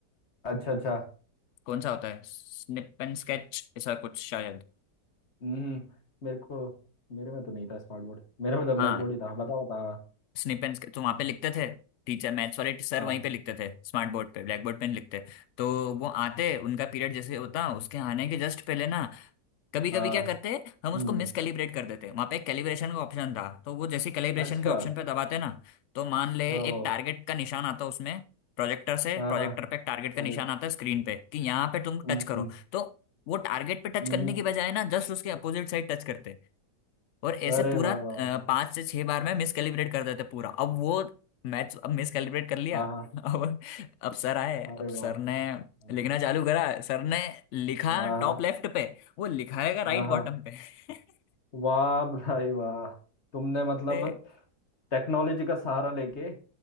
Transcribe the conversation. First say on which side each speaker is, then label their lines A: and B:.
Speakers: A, on the left; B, on the left.
A: अच्छा अच्छा
B: कौन सा होता है स्निप एंड स्केच ऐसा कुछ शायद
A: हम्म हम्म। मेरे को मेरे में तो नहीं था स्मार्ट बोर्ड मेरे में तो ब्लैक
B: हाँ
A: बोर्ड ही था बता बता
B: स्निप एंड स्केच तो वहां
A: हम्म,
B: पे लिखते थे टीचर मैथ्स वाले सर
A: हाँ
B: वहीं पे लिखते थे स्मार्ट बोर्ड पे ब्लैक बोर्ड पे नहीं लिखते तो वो आते उनका पीरियड जैसे होता उसके आने के जस्ट पहले ना कभी
A: हाँ
B: कभी क्या करते हम उसको
A: हम्म
B: मिस कैलिब्रेट कर देते वहां पे एक कैलिब्रेशन का ऑप्शन था तो वो जैसे कैलिब्रेशन
A: हम्म। अच्छा
B: के ऑप्शन पे दबाते ना तो मान ले
A: ओहो
B: एक टारगेट का निशान आता उसमें प्रोजेक्टर से
A: हाँ
B: प्रोजेक्टर
A: हाँ
B: पे एक टारगेट
A: प्रोजेक्ट
B: का निशान आता है स्क्रीन पे कि यहाँ पे तुम
A: हम्म
B: टच करो
A: हम्म
B: तो वो टारगेट पे टच
A: हम्म,
B: करने
A: हम्म।
B: की बजाय ना जस्ट उसके अपोजिट साइड टच करते और ऐसे
A: अरे
B: पूरा
A: वाह
B: अ,
A: वाह वाह
B: पांच से छह बार में मिसकैलिब्रेट कर देते पूरा अब वो मैच अब मिसकैलिब्रेट कर लिया
A: हाँ हाँ
B: <laughs> अब अब सर आए
A: अरे
B: अब
A: बाप
B: सर ने
A: रे हाँ
B: लिखना चालू करा सर ने लिखा
A: हाँ
B: टॉप लेफ्ट पे वो लिखाएगा राइट
A: हाँ हाँ, हाँ।
B: बॉटम पे <laughs>
A: वाह भाई वाह तुमने मतलब
B: अरे,
A: टेक्नोलॉजी का सहारा लेके